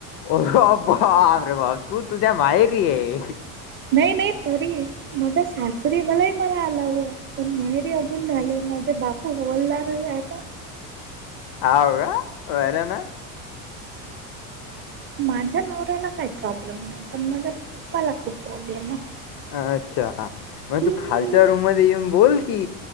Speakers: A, on the left; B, on the right.
A: होर बापरे बाप... ! तू तुझ्या माहेरी ये.
B: नाही-नाही तरी माझ सासरी मलाही मला अलाव हो, पण माहेरी पण झालं माझं बापू हवलदार आहे. तर
A: हव का, बर ना.
B: माझ्या नवऱ्याला काही प्रॉब्लेम नाही. पण माझ्या पप्पाला खूप प्रॉब्लेम आहे.
A: अच्छा, मग
B: हम्म.
A: तू खालच्या रूम मध्ये येऊन बोल की.